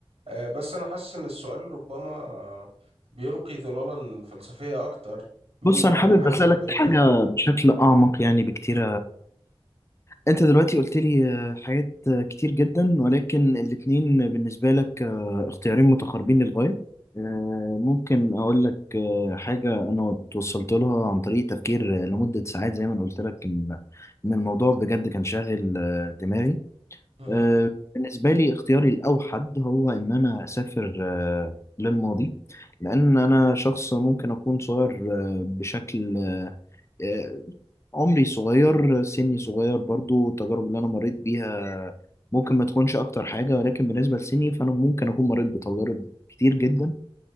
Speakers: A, on the right; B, on the left.
A: آه، بس أنا حاسس إن السؤال ربما بيلقي ظلالا فلسفية أكتر منه
B: بص انا
A: على
B: حابب
A: حاجة
B: اسألك
A: تطبيقية
B: حاجة
A: أه
B: بشكل اعمق يعني بكتير انت دلوقتي قلت لي آه، حاجات آه، كتير جدا ولكن الاتنين بالنسبة لك آه، اختيارين متقاربين للغاية آه، ممكن اقول لك آه، حاجة انا توصلت لها عن طريق تفكير آه، لمدة ساعات زي ما انا قلت لك ان ان الموضوع بجد كان شاغل آه، دماغي
A: مهم،
B: آه، بالنسبة لي اختياري الاوحد هو ان انا اسافر آه، للماضي لان انا شخص ممكن اكون صغير آه، بشكل آه، آه، عمري صغير سني صغير برضو التجارب اللي أنا مريت بيها ممكن ما تكونش أكتر حاجة ولكن بالنسبة لسني فأنا ممكن أكون مريت بتجارب كتير جدا